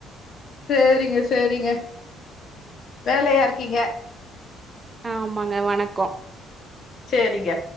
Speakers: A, on the left; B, on the right.
A: சேரிங்க சேரிங்க வேலயா இருக்கீங்க
B: ஆ ஆமாங்க வணக்கோ
A: சேரிங்க